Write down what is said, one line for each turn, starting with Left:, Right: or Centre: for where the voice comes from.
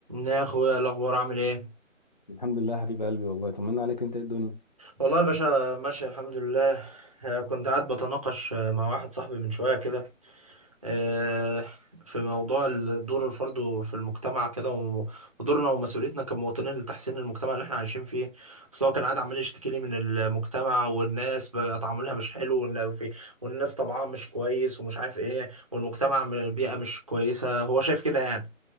Right: يا اخويا الاخبار عامل ايه
Left: الحمد لله حبيب قلبي والله طمنا عليك انت ايه الدنيا
Right: والله يا باشا ماشي الحمد لله آه، كنت قاعد بتناقش آه، مع واحد صاحبي من شويه كده آه، في موضوع ال- دور الفرد في المجتمع كده و- ودورنا ومسؤوليتنا كمواطنين لتحسين المجتمع اللي احنا عايشين فيه اصل هو كان قاعد عمال يشتكي لي من المجتمع والناس بقى تعاملها مش حلو وإن في- والناس طبعها مش كويس ومش عارف ايه والمجتمع م- بيئه مش كويسه هو شايف كده يعني